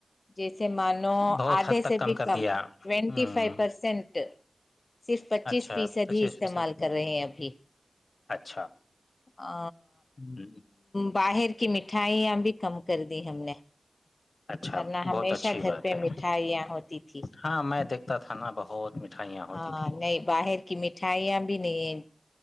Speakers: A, on the left; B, on the left.
A: جیسے مانو
B: بہت
A: آدھے
B: حد تک
A: سے بھی
B: کر
A: کم
B: دیا
A: ٹوینٹی
B: ہوں
A: فائیو پرسینٹ صرف پچیس
B: اچھا
A: فیصد
B: پچیس
A: ہی استعمال
B: فیصد
A: کر رہے ہیں ابھی
B: اچھا
A: ا
B: ہوں،
A: باہر کی مٹھائیاں بھی کم کر دی ہم نے
B: اچھا
A: ورنہ ہمیشہ
B: بہت اچھی
A: گھر
B: بات
A: پہ
B: ہے
A: مٹھائیاں ہوتی تھی
B: ہاں میں دیکھتا تھا نا بہت مٹھائیاں ہوتی
A: ہاں
B: تھی
A: نہیں باہر کی مٹھائیاں بھی نہیں ہے